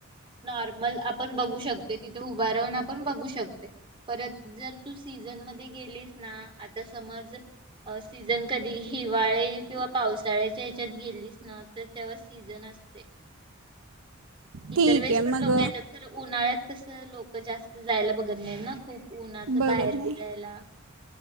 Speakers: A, on the right; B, on the right.
A: नॉर्मल आपण बघू शकते तिथे उभा राहून आपण बघू शकते, परत जर तु सीझन मध्ये गेलीस ना, आता समज सीझन कधी हिवाळी किंवा पावसाळ्याच्या ह्याच्यात गेलीस ना तर तेव्हा सीझन असतय इतर
B: ठीक
A: वेळेस,
B: आहे
A: पण
B: मग
A: लोक येतात तर उन्हाळ्यात कस लोक जास्त जायला बघत नाही ना खूप. उन्हाचं
B: बघत
A: बाहेर
B: नाही
A: फिरायला